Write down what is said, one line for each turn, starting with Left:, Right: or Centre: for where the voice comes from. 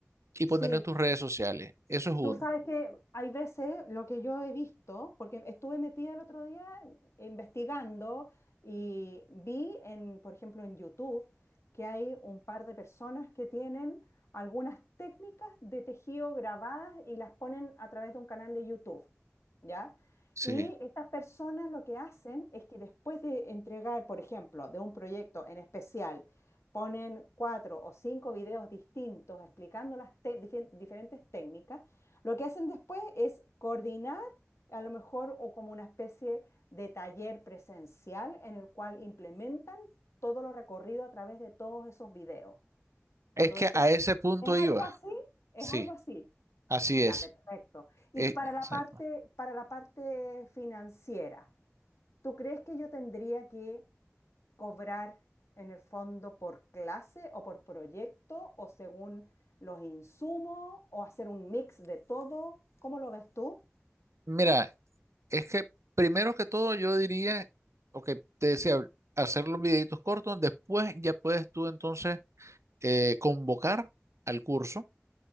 Right: y
Left: Sí,
Right: ponerlo en tus redes sociales. Eso es uno.
Left: Tú sabes que hay veces lo que yo he visto, porque estuve metida el otro día investigando y vi en, por ejemplo, en YouTube que hay un par de personas que tienen algunas técnicas de tejido grabadas y las ponen a través de un canal de YouTube, ¿ya?
Right: Sí.
Left: Y estas personas lo que hacen es que después de entregar, por ejemplo, de un proyecto en especial, ponen cuatro o cinco videos distintos explicando las te- difen- diferentes técnicas lo que hacen después es coordinar a lo mejor o como una especie de taller presencial en el cual implementan todo lo recorrido a través de todos esos videos.
Right: Es
Left: Entonces,
Right: que a ese punto
Left: ¿es
Right: iba.
Left: algo así? ¿Es
Right: Sí,
Left: algo así?
Right: así
Left: Ya,
Right: es.
Left: perfecto. Y
Right: Eh,
Left: para la
Right: exacto.
Left: parte, para la parte financiera, ¿tú crees que yo tendría que cobrar en el fondo por clase o por proyecto o según los insumos o hacer un mix de todo? ¿Cómo lo ves tú?
Right: Mira, es que primero que todo yo diría, ok, te decía, hacer los videitos cortos, después ya puedes tú entonces eh, convocar al curso